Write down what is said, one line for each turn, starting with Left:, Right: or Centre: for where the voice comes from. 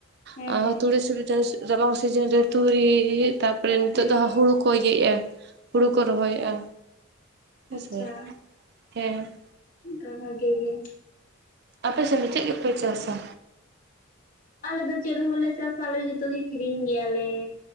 Left: ᱦᱮᱸ
Right: ᱟᱨ
Left: ᱦᱮᱸ
Right: ᱛᱩᱲᱤ ᱥᱤᱨᱤ ᱪᱟᱥ ᱨᱟᱵᱟᱝ ᱥᱤᱡᱤᱱ ᱨᱮ ᱛᱩᱩᱨᱤ ᱛᱟᱯᱚᱨᱮ ᱱᱤᱛᱚᱜ
Left: ᱦᱩᱸ
Right: ᱫᱚ ᱦᱟ
Left: ᱦᱩᱸ
Right: ᱦᱩᱲᱩ ᱠᱚ ᱮᱭᱮᱜᱼᱮ ᱦᱩᱲᱩ ᱠᱚ ᱨᱚᱦᱚᱭᱮᱜᱼᱟ᱾ ᱦᱮᱸᱥᱮ
Left: ᱟᱪᱪᱷᱟ
Right: ᱦᱮᱸ
Left: ᱫᱚ ᱵᱷᱟᱜᱮ ᱜᱮ
Right: ᱟᱯᱮᱥᱮᱱ ᱫᱚ ᱪᱮᱜ ᱜᱮᱯᱮ ᱪᱟᱥᱟ?
Left: ᱟᱞᱮ ᱫᱚ ᱪᱮᱫ ᱦᱚᱸ ᱵᱟᱞᱮ ᱪᱟᱥᱟ ᱟᱞᱮ ᱡᱚᱛᱚ ᱜᱮ ᱠᱤᱨᱤᱧ ᱜᱮᱭᱟᱞᱮ᱾